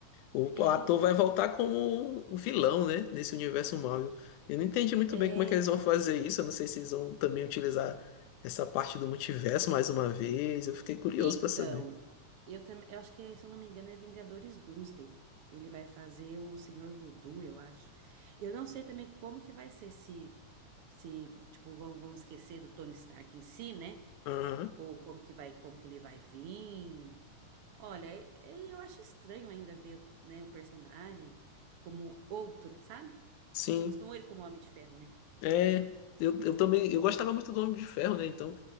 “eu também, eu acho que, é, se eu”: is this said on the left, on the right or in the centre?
Right